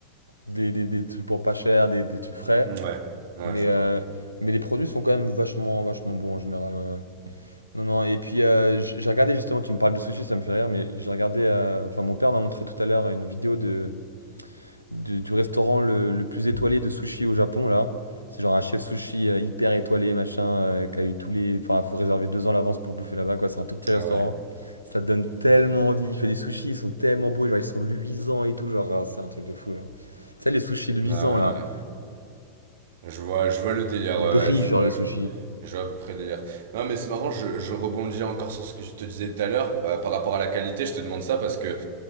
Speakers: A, on the right; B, on the right.
A: des, des- des trucs pour pas cher, des, des trucs frais,
B: Mm, Ouais. Ouais,
A: mais,
B: je
A: euh,
B: vois.
A: mais les produits sont quand même vachement, vachement bons en général. ouais, ouais. Non, non, et puis euh, j- j'ai regardé justement, tu me parles de sushi, ça me fait rire, mais j'ai regardé, euh, enfin mon père m'a montré tout à l'heure une vidéo de, de- du restaurant le, le plus étoilé de sushi au Japon, là. C'est genre un chef sushi euh, hyper étoilé, machin, euh, qui a eu tous les... Enfin, faut réserver deux ans à l'avance pour bouffer là-bas, quoi. C'est un tout petit restaurant.
B: Ah ouais.
A: Ça te donne tellement envie. Il fait des sushis, ils sont tellement beaux, genre ils sont luisants et tout, genre ah, c'est un truc de fou, genre. Tu sais, les sushis luisants,
B: Ah ouais,
A: là,
B: ouais. ouais. Je vois, je vois le délire,
A: ils
B: ouais,
A: brillent,
B: ouais, je
A: genre
B: vois,
A: le sushi.
B: je, je vois à peu près le délire. Non, mais c'est marrant, je, je rebondis encore sur ce que je te disais tout à l'heure, euh, par rapport à la qualité, je te demande ça parce que